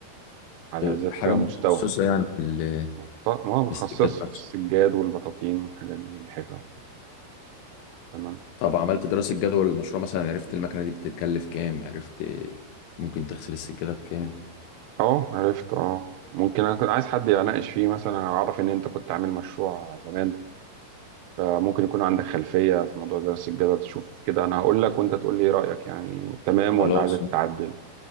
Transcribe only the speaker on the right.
على
ذات
مستوى
مخت- آه، متخصصة
في
السجاد والبطاطين والحاجات دي والحفا تمام
اه عرفت اه ممكن انا كنت عايز حد يناقش فيه مثلا أنا اعرف ان انت كنت عامل مشروع زمان فممكن يكون عندك خلفية في موضوع دراسة الجدوى تشوف كده انا هقول لك وانت تقول لي ايه رأيك يعني تمام
ولا عايزك تتعدل